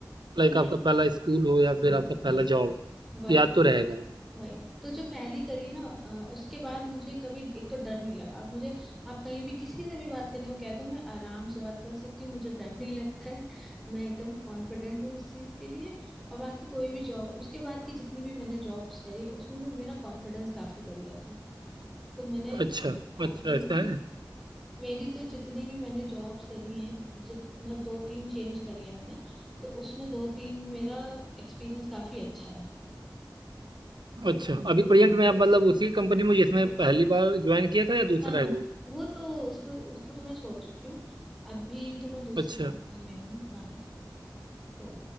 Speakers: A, on the right; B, in the centre.
A: लाइक
B: ठीक
A: आपका
B: है
A: पहला स्कूल हो या फिर आपका पहला जॉब
B: वही
A: याद तो रहेगा
B: वही तो जो पहली करी ना अ, उसके बाद मुझे कभी एक तो डर नहीं लगा अब मुझे आप कहीं भी किसी से भी बात करने को कह दो मैं आराम से बात कर सकती हूँ मुझे डर नहीं लगता है मैं एकदम कॉन्फिडेंट हूँ उस चीज के लिए और बाकी कोई भी जॉब उसके बाद की जितनी भी मैंने जॉब्स करी उसमें भी मेरा कॉन्फिडेंस काफी बढ़िया था तो मैंने
A: अच्छा
B: हाँ
A: अच्छा
B: मेरी
A: ऐसा है
B: मेरी तो जितनी भी मैंने जॉब्स करी हैं मुझे मतलब दो तीन चेंज करी है मैंने तो उसमें दो तीन मेरा एक्सपीरियंस काफी अच्छा रहा है
A: अच्छा अभी प्रेजेंट में आप मतलब उसी कंपनी में जिसमें पहली बार ज्वाइन किया था या दूसरा
B: ना ना
A: है कोई
B: वो तो उसको उसको तो मैं छोड़ चुकी हूँ अभी तो मैं दूसरी
A: अच्छा
B: कंपनी में हूँ हाँ तो